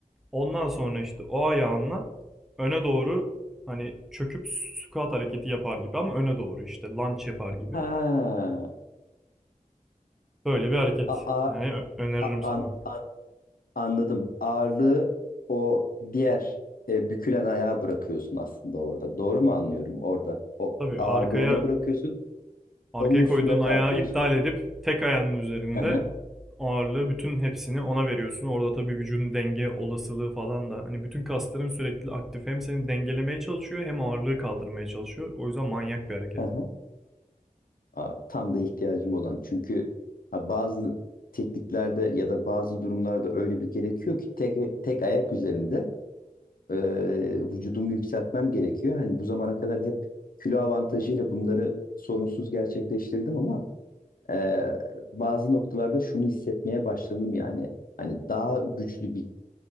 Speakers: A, in the centre; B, on the left.
A: Ondan sonra işte o ayağınla öne doğru hani çöküp squat hareketi yapar gibi ama öne doğru işte lunge yapar gibi.
B: Ha.
A: Böyle bir hareket.
B: A, a,
A: Yani öneririm
B: a-
A: sana.
B: an, an- anladım. Ağırlığı o diğer e, bükülen ayağa bırakıyorsun aslında orada. Doğru mu anlıyorum orada? O
A: Tabii
B: ağırlığı
A: arkaya
B: ona bırakıyorsun.
A: arkaya
B: Onun üstünde
A: koyduğun ayağı
B: kalkıyorsun.
A: iptal edip tek ayağının üzerinde
B: Hı hı.
A: ağırlığı bütün hepsini ona veriyorsun. Orada tabii vücudun denge olasılığı falan da hani bütün kasların sürekli aktif hem seni dengelemeye çalışıyor hem ağırlığı kaldırmaya çalışıyor. O yüzden manyak bir hareket.
B: Hı hı. Aa, tam da ihtiyacım olan. Çünkü ha, bazı tekniklerde ya da bazı durumlarda öyle bir gerekiyor ki tek tek ayak üzerinde e, vücudumu yükseltmem gerekiyor. Hani bu zamana kadar hep kilo avantajıyla bunları sorunsuz gerçekleştirdim ama e, bazı noktalarda şunu hissetmeye başladım yani. Hani daha güçlü bir